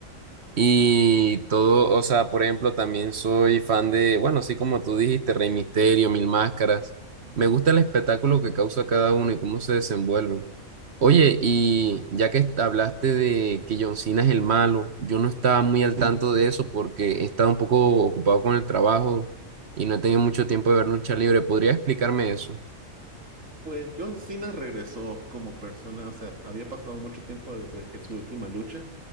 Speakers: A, on the right (about 55°); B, on the right (about 70°).
A: Y todo, o sea, por ejemplo, también soy fan de, bueno, así como tú dijiste, Rey Misterio, Mil Máscaras. Me gusta el espectáculo que causa cada uno y cómo se desenvuelven. Oye, y ya que hablaste de que John Cena es el malo, yo no estaba muy al tanto de eso porque he estado un poco ocupado con el trabajo y no he tenido mucho tiempo de ver lucha libre. ¿Podría explicarme eso?
B: Pues John Cena regresó como persona, o sea, había pasado mucho tiempo desde que su última lucha,